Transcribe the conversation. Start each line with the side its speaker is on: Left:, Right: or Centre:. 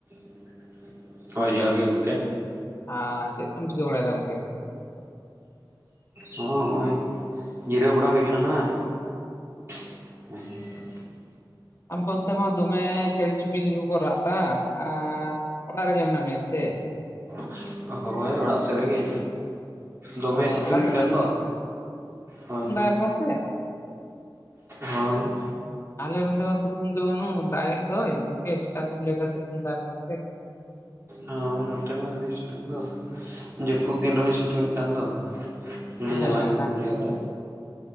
Right: <inaudible> ᱦᱳᱭ ᱡᱚᱦᱟᱸᱨ ᱜᱮ ᱜᱚᱝᱠᱮ
Left: ᱟᱨ ᱪᱮᱫ ᱠᱚᱢ ᱪᱤᱠᱟᱹ ᱵᱟᱲᱟᱭᱮᱫᱟ ᱜᱚᱝᱠᱮ?
Right: ᱦᱚᱸ ᱦᱚᱸᱜᱼᱚᱭ ᱡᱤᱨᱟᱹᱣ ᱵᱟᱲᱟ ᱦᱩᱭ ᱠᱟᱱᱟ ᱱᱟᱜ <inaudible>
Left: ᱟᱵ ᱚᱱᱛᱮ ᱢᱟ ᱫᱚᱢᱮ ᱪᱮᱬᱮ ᱪᱩᱯᱲᱤ ᱠᱚ ᱠᱚ ᱨᱟᱜ ᱮᱫᱟ ᱟᱨ ᱚᱲᱟᱜ ᱨᱮᱜᱮ ᱢᱮᱱᱟᱜ ᱢᱮᱭᱟ ᱥᱮ?
Right: <inaudible> ᱦᱳᱭ ᱚᱲᱟᱜ ᱥᱮᱫ ᱨᱮᱜᱮ ᱫᱚᱢᱮ
Left: ᱚ
Right: ᱥᱤᱛᱩᱝ
Left: ᱚᱲᱟᱜ
Right: ᱮᱛ
Left: ᱨᱮ
Right: ᱠᱟᱱ ᱫᱚ ᱦᱳᱭ
Left: ᱜᱚᱢᱠᱮ
Right: ᱦᱳᱭ
Left: ᱟᱞᱮ ᱱᱚᱛᱮ ᱢᱟ ᱥᱤᱛᱩᱝ ᱜᱮ ᱵᱟᱹᱱᱩ ᱫᱟᱜ ᱮ ᱫᱚᱭ ᱜᱚᱢᱠᱮ ᱪᱤᱠᱟ ᱛᱮᱢ ᱞᱟᱹᱭᱫᱟ ᱥᱤᱛᱩᱝ ᱫᱟᱭ ᱚᱱᱛᱮ
Right: ᱦᱳᱭ ᱱᱚᱛᱮ ᱢᱟ ᱟᱹᱰᱤ ᱥᱤᱛᱩᱝ ᱫᱚ ᱡᱟᱹᱯᱩᱫ ᱫᱤᱱ ᱨᱮᱦᱚᱭ ᱥᱤᱛᱩᱝ ᱮᱫ ᱠᱟᱱ ᱫᱚ ᱟᱹᱰᱤ
Left: ᱦᱮᱸ
Right: ᱡᱟᱞᱟ ᱜᱮᱵᱚᱱ
Left: ᱚᱱᱟ
Right: ᱵᱩᱡᱷᱟᱹᱣᱫᱟ
Left: ᱜᱮᱛᱚ